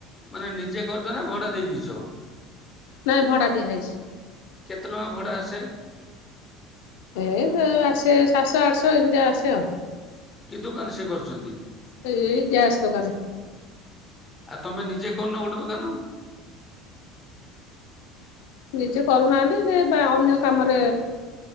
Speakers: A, on the left (about 20°); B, on the left (about 80°).
A: ମାନେ ନିଜେ କରଛ ନା ଭଡା ଦେଇଦେଇଛ।
B: ନାଇଁ ଭଡା ଦିଆ ହେଇଛି।
A: କେତେ ଟଙ୍କା ଭଡା ଆସେ।
B: ଏ ଆସେ ସାତ ଆଠଶହ। ଏମିତି ଆସେ ଆଉ।
A: କି ଦୋକାନ ସେ କରିଛନ୍ତି
B: ଏଇ ଗ୍ୟାସ୍ ଦୋକାନ
A: ଆଉ ତମେ ନିଜ। ଯେକ ନ ଗୋଟେ ଦୋକାନ।
B: ନିଜେ କରୁନାହାନ୍ତି ବା ଅନ୍ୟ କାମରେ।